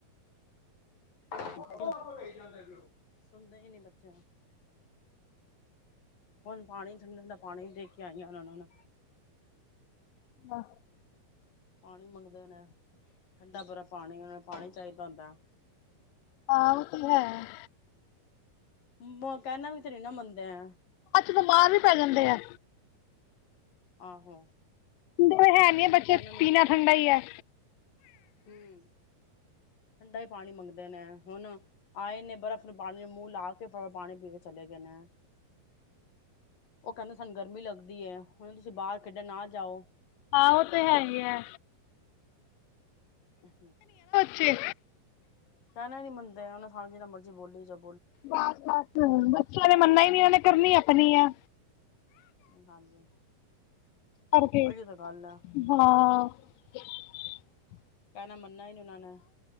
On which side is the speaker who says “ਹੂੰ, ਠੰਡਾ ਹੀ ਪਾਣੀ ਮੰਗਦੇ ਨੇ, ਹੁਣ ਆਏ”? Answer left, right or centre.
Left